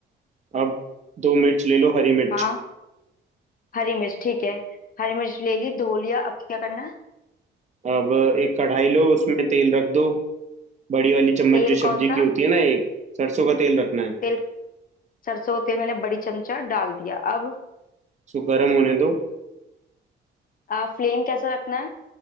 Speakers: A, on the right; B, on the left.
A: अब दो मिर्च ले लो हरी मिर्च
B: हाँ हरी मिर्च ठीक है हरी मिर्च ले ली धो लिया अब क्या करना है
A: अब एक कढ़ाई लो उसमें तेल रख दो बड़ी वाली चम्मच
B: तेल
A: जो
B: कौन
A: सब्जी
B: सा
A: की होती है ना एक सरसों का तेल रखना है
B: तेल सरसों का तेल मैंने बड़ी चमचा डाल दिया अब
A: इसको गर्म होने दो
B: आ, फ्लेम कैसा रखना है